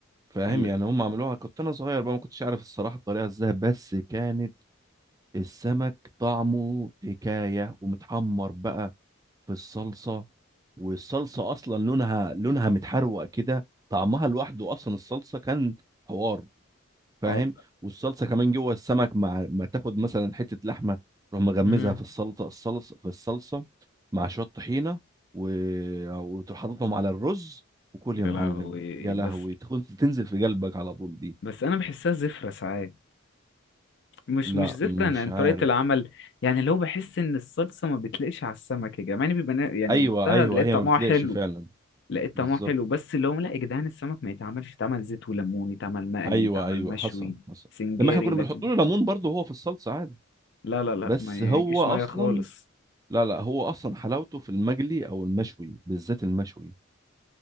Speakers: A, on the right; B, on the left.
A: فاهم
B: ال...
A: يعني هم عملوها كنت انا صغير بقى ما كنتش عارف الصراحة الطريقة ازاي بس كانت السمك طعمه حكاية ومتحمر بقى في الصلصة والصلصة اصلا لونها لونها متحروق كده طعمها لوحده اصلا الصلصة كان حوار فاهم
B: اه
A: والصلصه كمان جوه السمك مع ما تاخد مثلا حته لحمه تروح مغمزها
B: امم
A: في السلطه الصلصه في الصلصه مع شويه طحينه و... وتروح حاططهم على الرز وكل يا
B: يا
A: معلم
B: لهوي
A: يا
B: بس
A: لهوي تكون تنزل في قلبك على طول دي
B: بس انا بحسها زفرة ساعات مش
A: لا
B: مش زفرة
A: مش
B: انا يعني
A: عارف
B: طريقة العمل يعني لو بحس ان الصلصة ما بتليقش على السمك يا جماعة يعني بيبقى نا- يعني
A: ايوه
B: بدوقتها
A: ايوه
B: لقيت
A: هي
B: طعمها
A: ما بتليقش
B: حلو
A: فعلا
B: لقيت
A: بالظبط
B: طعمها حلو بس اللي هم لا يا جدعان السمك ما يتعملش يتعمل زيت وليمون يتعمل مقلي
A: ايوه
B: يتعمل
A: ايوه
B: مشوي
A: حصل حصل
B: سنجاري
A: لما احنا كنا
B: لكن
A: بنحط له ليمون برضه هو في الصلصه عادي
B: لا لا لا
A: بس
B: ما يجيش
A: هو اصلا
B: معايا خالص
A: لا لا هو اصلا حلاوته في المجلي او المشوي بالذات المشوي